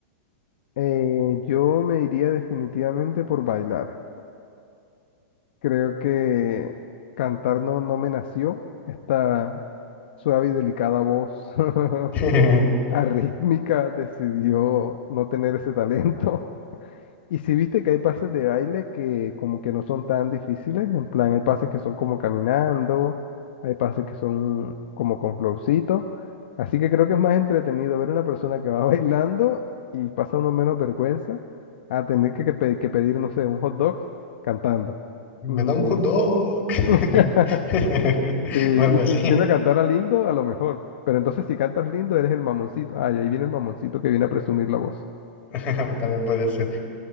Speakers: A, on the left; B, on the left.
A: Eh, yo me iría definitivamente por bailar. Creo que cantar no, no me nació. Esta suave y delicada voz
B: <laughs>
A: <laughs> arrítmica decidió no tener ese talento. Y si viste que hay pases de baile que como que no son tan difíciles, en plan hay pases que son como caminando, hay pases que son como con flowcito, así que creo que es más entretenido ver a una persona que va <laughs> bailando y pasa uno menos vergüenza a tener que, que pe- que pedir, no sé, un hot dog cantando.
B: Me
A: Mm.
B: da un hot dog.
A: <laughs>
B: <laughs>
A: Sí, y
B: O algo
A: si
B: así.
A: tiene a cantar a lindo, a lo mejor, pero entonces si cantas lindo eres el mamoncito, ay, ahí viene el mamoncito que viene a presumir la voz.
B: <laughs> También puede ser.